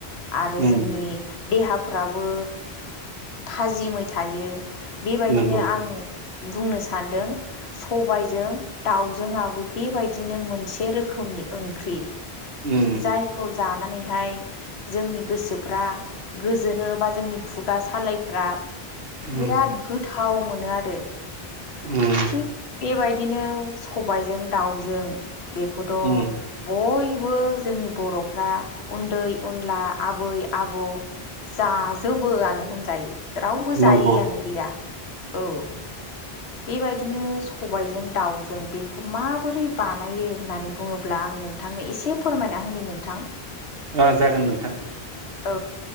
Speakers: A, on the left; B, on the right.
A: आरो
B: उम
A: जोंनि देहाफ्राबो थाजिमै थायो बेबायदिनो
B: नंगौ
A: आं बुंनो सानदों सबायजों दाउजोंआबो बेबायदिनो मोनसे रोखोमनि ओंख्रि
B: उम
A: जायखौ जानानैहाय जोंनि गोसोफ्रा गोजोनो बा जोंनि खुगा सालायफ्रा
B: उम
A: बिराद गोथाव मोनो आरो
B: उम
A: थिग बेबायदिनो सबायजों दाउजों बेखौथ'
B: उम
A: बयबो बो जोंनि बर'फ्रा उन्दै उनला आबै आबौ जाजोबोआनो होनजायो रावबो
B: नंगौ
A: जायैआनो गैया औ।
B: <inaudible>
A: बेबायदिनो सबायजों दाउजों बेखौ माबोरै बानायो होननानै बुङोब्ला आं नोंथां नोंथांनो एसे फोरमायना होनि नोंथां।
B: अ जागोन नोंथां।
A: औ।